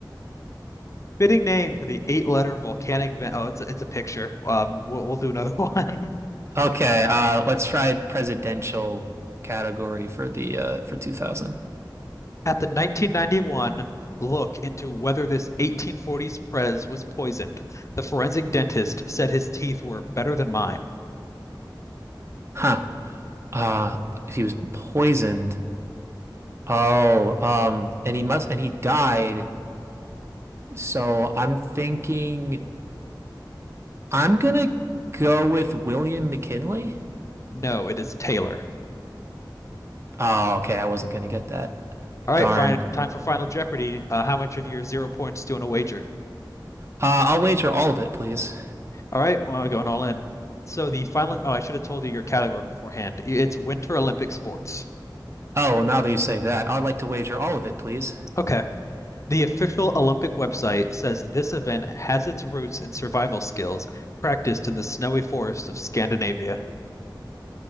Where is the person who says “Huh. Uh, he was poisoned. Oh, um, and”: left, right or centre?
Right